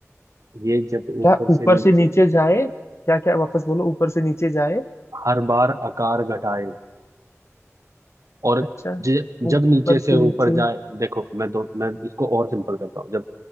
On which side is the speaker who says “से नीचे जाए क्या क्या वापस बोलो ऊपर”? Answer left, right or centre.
Left